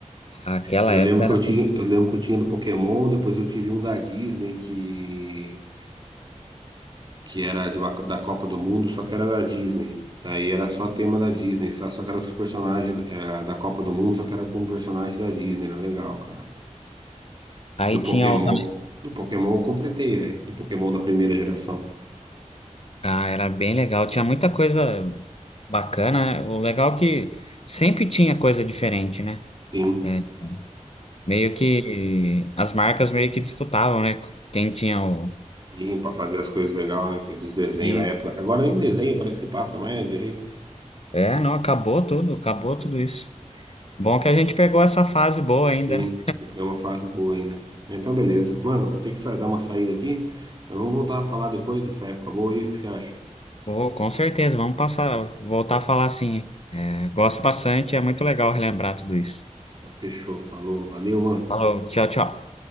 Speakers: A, on the left; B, on the right.
A: aquela
B: Eu
A: época
B: lembro que eu tinha,
A: era.
B: eu lembro que eu tinha do Pokémon, depois eu tive um da Disney que que era de, ba- da Copa do Mundo, só que era da Disney. Daí era só tema da Disney, só, só que era os personagens eh, da Copa do Mundo, só que era com personagens da Disney, era legal, cara.
A: Aí
B: Do
A: tinha
B: Pokémon,
A: o também.
B: do Pokémon eu completei, velho. Do Pokémon da primeira geração.
A: Ah, era bem legal. Tinha muita coisa Bacana, o legal é que sempre tinha coisa diferente, né?
B: Sim.
A: É, meio que as marcas meio que disputavam, né? Quem tinha o.
B: Sim, pra fazer as coisas legais, né? que Dos desenhos
A: E,
B: da época. Agora nem desenho parece que passa mais, né, direito.
A: é, não, acabou tudo, acabou tudo isso. Bom que a gente pegou essa fase boa
B: Sim,
A: ainda, né?
B: pegou uma fase boa ainda. Então, beleza. Mano, vou ter que sair, dar uma saída aqui, mas vamos voltar a falar depois dessa época boa aí, o que você acha?
A: Pô, com certeza, vamos passar, voltar a falar assim. É, gosto bastante, é muito legal relembrar tudo isso.
B: Então, fechou, falou, valeu, mano.
A: Falou, tchau, tchau.